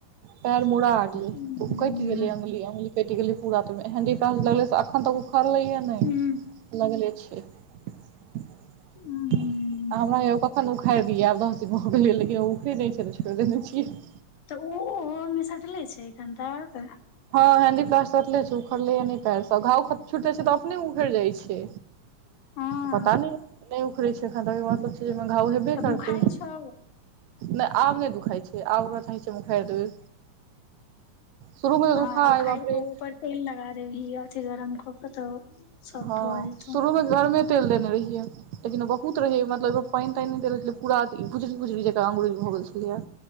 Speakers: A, on the right; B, on the left.
A: पैर मुड़ा गेलै।
B: हूँ
A: तो कटि गेलै अङ्गुली, अङ्गुली कटि गेलै पूरा तऽ ओइमे हेंडी काल्हि ज लगलै से अक्खन तक उखड़लैैये नै
B: हूँ
A: लगले छै। आ
B: हूँ
A: हमरा हैइये कक्खन ने उख खाइड़ दिये। आब दस दिन भऽ गेलै लेकिन ओ ऊखरै नहि छल। छोइड़ देने छियै।
B: तऽ ऊ ओइमे सटले छै एखन तक?
A: हँ हेंडी प्लास्ट सटले छै। उखड़लैये नहि पैर सऽ। घाव खत् छुटि जाइ छै तऽ अपने उखैड़ जाइ छै।
B: हँ
A: पता नइये नै उखड़ै छै एखन तक। ऐके मतलब जे एखन घाव हेब्बे
B: तऽ
A: करतै।
B: दू खाइ छौ
A: ने आब नै दुखाइ छै, आब ओकरा चाहै छियै हम उखाड़ि देबै। शुरूमे तऽ
B: हँ
A: दुखाइ
B: उखाड़ि
A: बाप
B: के
A: रे
B: ऊपर तेल लगा देबही अथी गरम कऽ के। तऽ सॉफ्ट
A: हँ,
B: भऽ जेतौ
A: शुरू मे गरमे तेल देने रहैये लेकिन बहुत रहय मतलब पानि तानि देल छलै पूरा अथी खुजली खुजली जेकां अंगुरी। भऽ गेल छलैये